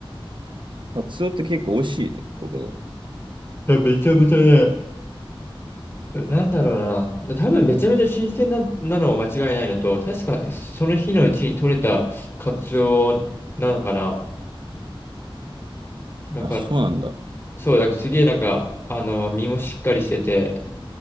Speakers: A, on the right; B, on the left.
A: カツオって結構美味しいのここ
B: いや、めちゃめちゃね、なんだろうな。多分めちゃめちゃ新鮮な、なのは間違いないのと、確かその日のうちに取れたカツオなのかな。だか
A: の。あ、そうなんだ。
B: そう、だからすげえなんか、あの、身もしっかりしてて、